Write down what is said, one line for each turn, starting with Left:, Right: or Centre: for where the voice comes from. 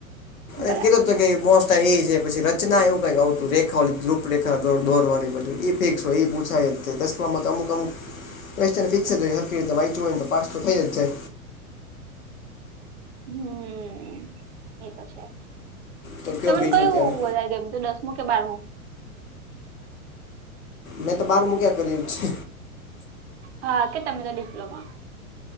Right: બરાબર
Left: અ કેધ તો
Right: છે
Left: કે બો એ છે પછી રચના એવું કઈક આવતું રેખા ઓને રૂપરેખા દોરવાનું ઈ બધુ. ફિક્સ હોય એ પૂછાય જ છે દસમાં અમુક અમુક- કેશચેન ફિક્સ જ હોય હરખીતે વાંઇચુ હોયતો પાસ તો થઈ જાય.
Right: હમ એતો છે
Left: તો કયો
Right: તને
Left: બીજું
Right: કયું
Left: ત્યારે
Right: વધારે કેમ તું દસ મુ કે બારું
Left: મેં તો બહારમૂ ક્યા કર્યું છે.
Right: હા કે તમને ડિપ્લોમાં